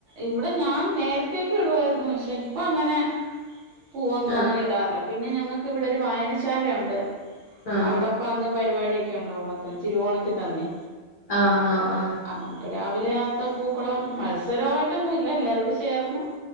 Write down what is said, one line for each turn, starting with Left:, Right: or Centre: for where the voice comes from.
Right: ഇവടെ ഞാൻ നേരത്തേക്കെ ഇടുവായിരുന്നു പക്ഷെ ഇപ്പൊ അങ്ങനെ പൂവൊന്നും
Left: ആഹ്
Right: അങ്ങനെ ഇടാറില്ല പിന്നെ ഞങ്ങക്ക് ഇവിടെ ഒരു വായനശാലയുണ്ട്
Left: ആഹ്
Right: അവിടെപ്പൊ അന്ന് പരിപാടിയൊക്കെ ഒണ്ട് ഓണത്തിന് തിരുവോണത്തിന്റെന്നേ
Left: ആഹ് ആഹ് ആഹ്
Right: ആഹ് അപ്പൊ രാവിലെ അത്ത പൂക്കളം മത്സരായിട്ടൊന്നും ഇല്ല എല്ലാരുടി ചേർന്ന്